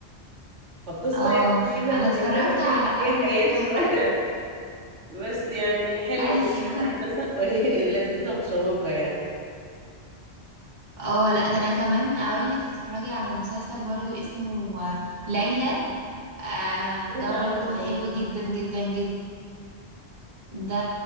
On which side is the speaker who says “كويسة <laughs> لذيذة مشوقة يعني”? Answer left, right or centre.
Right